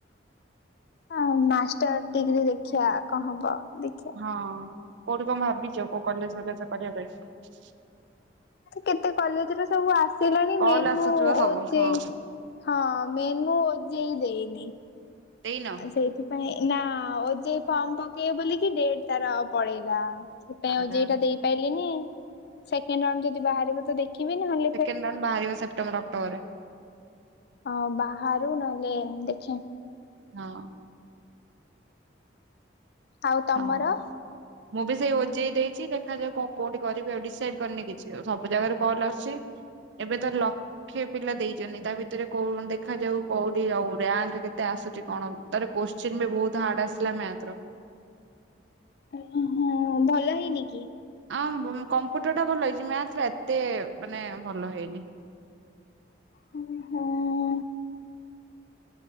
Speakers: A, on the left (about 55°); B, on the right (about 75°).
A: ଆଉ ମାଷ୍ଟର ଡିଗ୍ରୀ ଦେଖିବା କଣ ହବ ଦେଖିବା
B: ହଁ କୋଉଠି କଣ ଭାବିଛ କୋଉ କଲେଜ ଫଲେଜ ପଢିବା ପାଇଁ?
A: କେତେ କଲେଜରେ ସବୁ ଆସିଲାଣି
B: କଲ
A: ମେନ
B: ଆସୁଛି
A: ମୁଁ
B: ବା ସବୁ
A: ଓଯେଇ
B: ହଁ
A: ହଁ ମେନୁ ଓଯେଇ ଦେଇନି
B: ଦେଇନ?
A: ଆଉ ସେଇଥିପାଇଁ ନାଁ ଓଯେଇ ଫର୍ମ ପକେଇବୋଲିକି ଡେଟ ତାର ପଳେଇଲା ସେଥିପାଇଁ
B: ଆରେ
A: ଓଯେଇ
B: ଆରେ
A: ଦେଇପାରିଲିିନି ସେକେଣ୍ଡ ରାଉଣ୍ଡ ଯଦି ବାହାରିବ ତ ଦେଖିବି ନ ହେଲେ
B: ସେକେଣ୍ଡ ରାଉଣ୍ଡ ବାହାରିବ ସେ୍ଟେବର ଅକ୍ଟୋବରରେ
A: ହଁ ବାହାରୁ ନହେଲେ ଦେଖେ
B: ହଁ।
A: ଆଉ ତମର?
B: ହଉ। <inaudible> ମୁଁ ବି ସେଇ ଓଜେଇ ଦେଇଛି ଦେଖାଯାଉ କଣ କୋଉଠି କରିବି ଆଉ ଡିସାଇଡ କରିନି କିଛି ଆଉ ସବୁ ଜାଗାରୁ କଲ ଆସୁଛି ଏବେ ତ ଲକ୍ଷେ ପିଲା ଦେଇଛନ୍ତି ତା ଭିତରେ କୋ ଦେଖାଯାଉ କୋଉଠି ଯଉ ରାଙ୍କ କେତେ ଆସୁଛି କଣ ତାର କୋଶ୍ଚିନ୍ ବି ବହୁତ ହାର୍ଡ ଆସିଲା ମାଥ ର
A: ଓ ହଁ ଭଲ ହେଇନି କି?
B: ଆଁ କମ୍ପୁଟର ଟା ଭଲ ହେଇଛି ମ୍ୟାଥ ଟା ଏତେ ମାନେ ଭଲ ହେଇନି।
A: ହୁଁ ହୁଁ।